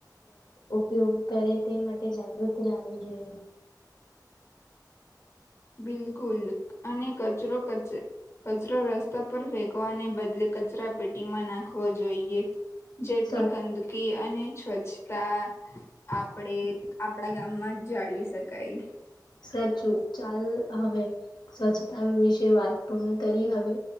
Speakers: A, on the left; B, on the left.
A: ઉપયોગ કરે તે માટે જાગૃતિ લાવ જોઈએ.
B: બિલકુલ અને કચરો કચરો રસ્તા પર ફેગવાને બદલે કચરા પેટીમાં નાખવો જોઈએ. જેથી
A: સા
B: ગંદકી અને સ્વચ્છતા આપણે આપડા ગામમાં જ જાળવી શકાય.
A: સાચું. ચાલ હવે. સ્વચ્છતા વિશે વાત પૂર્ણ કરી હવે